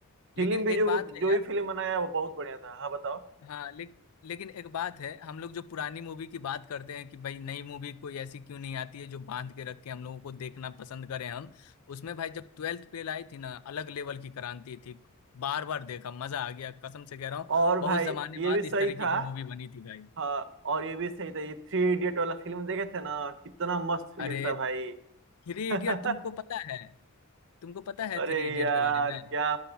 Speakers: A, on the right; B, on the left.
A: फिल्म
B: लेकिन
A: भी
B: एक
A: जो
B: बात है
A: जो
B: यार
A: भी फिल्म बनाया वो बहुत बढ़िया था हाँ बताओ
B: हाँ ले, लेकिन एक बात है हम लोग जो पुरानी मूवी की बात करते हैं कि भाई नई मूवी कोई ऐसी क्यों नहीं आती है जो बांध के रख के हम लोगों को देखना पसंद करें हम उसमें भाई जब ट्वेल्थ फेल आई थी ना अलग लेवल की क्रांति थी बार बार देखा मजा आ गया कसम से कह रहा हूँ
A: और
B: बहुत
A: भाई
B: जमाने
A: ये
B: बाद
A: भी सही
B: इस तरीके
A: था
B: की मूवी बनी थी भाई
A: हाँ और ये भी सही था ये थ्री इडियट वाला फिल्म देखे थे ना कितना मस्त फिल्म
B: अरे
A: था भाई
B: थ्री
A: <laughs>
B: इडियट तुमको पता है तुमको पता है
A: अरे
B: थ्री इडियट
A: यार
B: के बारे में
A: क्या